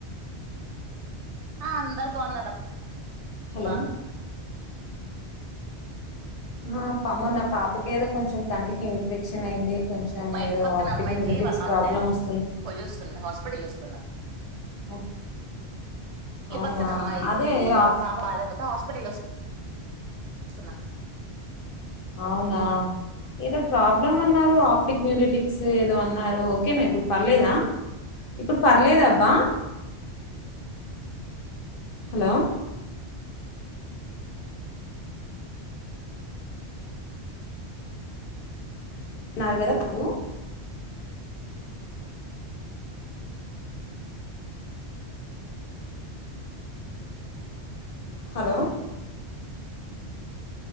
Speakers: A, on the right; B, on the left.
A: ఆ అందరు బాగున్నార్
B: హలో
A: బా
B: ఆ పామ్మ నా పాపకి ఏదో కొంచెం కంటికి ఇన్ఫెక్షన్ అయింది. కొంచెం
A: మా ఇంటి
B: ఏదో
A: పక్కన
B: ఆప్టిక్
A: అమ్మాయికి
B: న్యూరిటిక్స్
A: వాళ్ళ పాపయితే
B: ప్రాబ్లం వస్తుంది
A: కొయి వస్తుంది. హాస్పిటల్ వస్తున్న
B: ఓకే,
A: ఇంటి
B: అవునా
A: పక్కన అమ్మాయికి
B: అదే
A: వాళ్ళ
B: ఆప్
A: పాప బాలేకపోతే హాస్పిటల్ వస్తు ఇస్తున్నా
B: అవునా ఏదో ప్రాబ్లమ్ అన్నారు ఆప్టిక్ న్యూరిటిక్స్ ఏదో అన్నారు ఓకేనా ఇప్పుడు పర్లేదా
A: ఉమ్,
B: ఇప్పుడు పర్లేదు అబ్బా హలో అన్నారు కదా అప్పుడు హలో